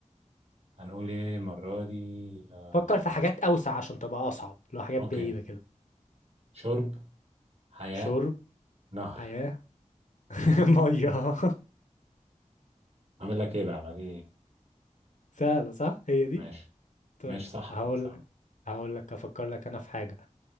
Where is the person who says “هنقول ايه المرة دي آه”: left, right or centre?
Right